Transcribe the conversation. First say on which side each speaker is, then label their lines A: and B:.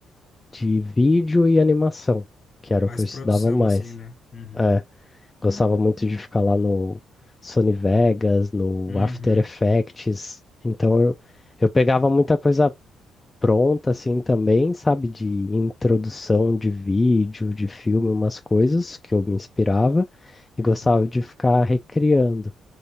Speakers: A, on the left; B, on the left.
A: de vídeo e animação, que era
B: Mais
A: o que eu
B: produção,
A: estudava mais.
B: assim, né? Uhum.
A: É, gostava muito de ficar lá no Sony Vegas, no
B: Uhum.
A: After Effects. Então eu, eu pegava muita coisa pronta assim também, sabe, de introdução de vídeo, de filme, umas coisas que eu me inspirava e
B: Uhum.
A: gostava de ficar recriando,